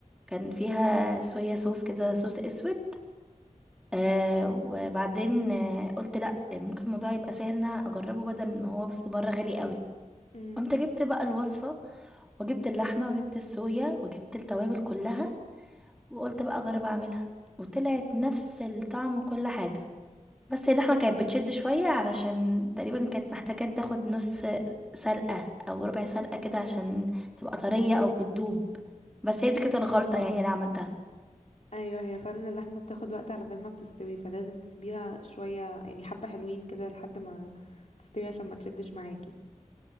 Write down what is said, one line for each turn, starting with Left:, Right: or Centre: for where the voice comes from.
Centre: كان فيها صويا صوص كده صوص اسود آه وبعدين آه قلت لا ممكن الموضوع يبقى سهل إن انا اجربه بدل ما هو بس بره غالي قوي
Left: امم
Centre: قمت جبت بقى الوصفة وجبت اللحمة وجبت الصويا وجبت التوابل كلها وقلت بقى اجرب اعملها وطلعت نفس الطعم وكل حاجة بس اللحمة كانت بتشد شوية علشان تقريبا كانت محتاجة تاخد نص سلقة او ربع سلقة كده عشان تبقى طرية او بتدوب بس هي دي كانت الغلطة يعني اللي عملتها
Left: ايوه هي فعلا اللحمه بتاخد وقت على بال ما بتستوي فلازم تسيبيها شويه يعني حبه حلوين كده لحد ما تستوي عشان ما تشدش معاكي